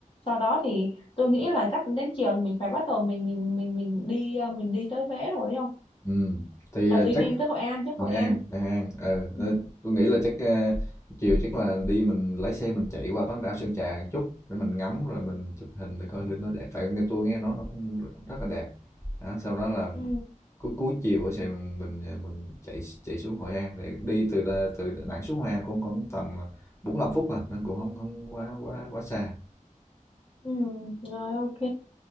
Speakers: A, on the left; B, on the left.
A: Sau đó thì tôi nghĩ là chắc đến chiều là mình phải bắt đầu mình mình mình mình đi uh, mình đi tới Huế rồi đấy không?
B: ừ. thì
A: À,
B: ờ,
A: đi
B: chắc
A: đi tới Hội An chứ
B: Hội
A: Hội An.
B: An Hội An ờ
A: Ừ.
B: ờ, tôi nghĩ là chắc ờ, chiều chắc là đi mình lái xe mình chạy qua bán đảo Sơn Trà một chút để mình ngắm rồi mình chụp hình để coi thử nó đẹp tại nghe tôi nghe nói nó cũng rất là đẹp đó, sau đó là
A: Ừ.
B: cuối cuối chiều ở xe mình mình ờ, mình chạy chạy xuống Hội An thì đi từ Đà- từ Đà Nẵng xuống Hội An cũng còn tầm 45 phút à nên cũng không không quá quá quá xa
A: Ừ, rồi ok.